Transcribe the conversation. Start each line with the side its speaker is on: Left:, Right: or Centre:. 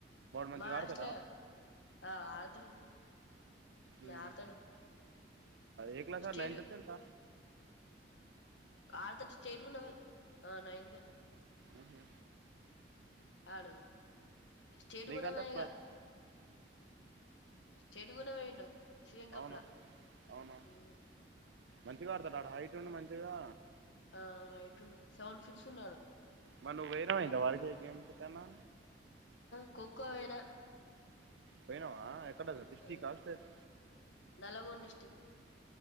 Right: మంచిగా
Left: మా
Right: ఆడతాడా
Left: ఆస్లేగా ఆ ఆడతాడు
Right: ఉమ్,
Left: ఆడతాడు
Right: ఏ క్లాసార్
Left: స్టేట్
Right: నైంటంత
Left: ఆరు త స్టేట్ ఉన్నావ ఆ నైన్
Right: ఆహ
Left: ఆడు స్టేట్
Right: నీకంటే
Left: కొనగా
Right: క్లాస్
Left: ఇంకా స్టేట్గున పోయిండు శింకప్ల
Right: అవునా అవునా
Left: ఉ
Right: మంచిగా ఆడతడు ఆడు హైట్ ఉండు మంచిగా
Left: ఆ హైట్ సెవెన్ ఫిఫ్స్ ఉన్నాడు
Right: మోన వైరం అయిందా వారికి గేమ్స్ కన్నా
Left: కొక్కోపోయినా
Right: పోయినావా ఎక్కడ ఆది డిస్ట్రిక్ట్
Left: ఆ
Right: హా స్టేట్
Left: నల్లగొండ డిస్టిక్